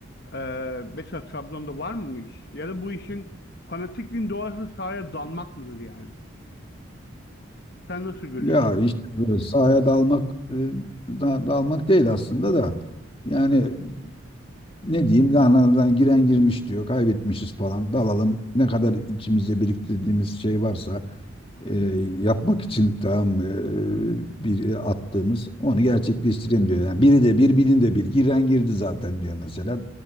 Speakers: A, on the left (about 50°); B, on the left (about 25°).
A: Ee, mesela Trabzon'da var mı o iş? Ya da bu işin fanatikliğin doğası sahaya dalmak mıdır yani? Sen nasıl görüyorsun?
B: Ya
A: bunu?
B: işte böyle sahaya dalmak e, da- dalmak değil aslında da yani ne diyeyim lan- lan- giren girmiş diyor kaybetmişiz falan dalalım ne kadar içimizde biriktirdiğimiz şey varsa e, yapmak için tamam mı, e, bir e, attığımız onu gerçekleştireyim diyor. Yani biri de bir bilin de bir giren girdi zaten diyor mesela.